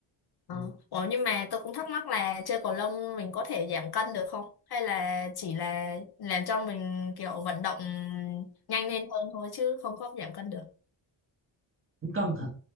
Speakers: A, on the left (about 55°); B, on the right (about 25°).
A: Ờ.
B: Ừ.
A: Ủa, nhưng mà tôi cũng thắc mắc là chơi cầu lông mình có thể giảm cân được không? Hay là chỉ là làm cho mình kiểu vận động nhanh lên hơn thôi chứ không có giảm cân được.
B: cũng cân thử